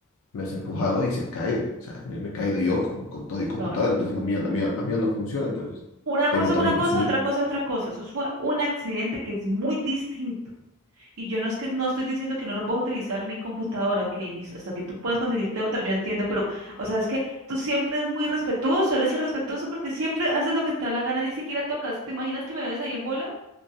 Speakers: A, on the left (about 65°); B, on the right (about 70°).
A: me has empujado y se ha caído, o sea, me, me he caído yo con, con todo y computador,
B: No, no, no.
A: entonces la mía, la mía, la mía no funciona, entonces
B: Una
A: tengo
B: cosa
A: también
B: es una cosa,
A: que subir,
B: otra cosa es otra cosa. Eso fue un accidente que es muy distinto. Y yo no es que no estoy diciendo que no lo puedo utilizar mi computadora, ok, listo, hasta que tú puedas conseguirte otra, yo entiendo, pero, o sea, es que tú siempre eres muy respetuoso, eres irrespetuoso porque siempre haces lo que te da la gana, ni siquiera tocas. ¿Te imaginas que me ves ahí en bola?